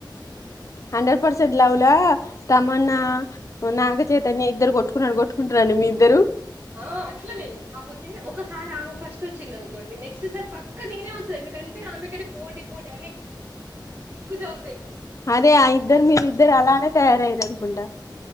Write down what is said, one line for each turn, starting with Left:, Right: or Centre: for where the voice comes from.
Left: హండ్రెడ్ పర్సెంట్ లవ్లా తమన్నా, నాగచైతన్య ఇద్దరు కొట్టుకున్నట్టు కొట్టుకుంటరండి మీ ఇద్దరు.
Right: ఆ అట్లనేను కాపోతే ఒకసారి ఆమకు ఫస్ట్ వచ్చింది అనుకోండి, నెక్స్ట్ సార్ పక్ క్క నేనే వస్త ఎందుకంటే ఆమె కంటే పోటీ పోటీ అని. ఎకు జవ్
Left: అదే ఆ ఇద్దరు, మీ ఇద్దరు అలానే తయారయ్యారు అనుకుంటా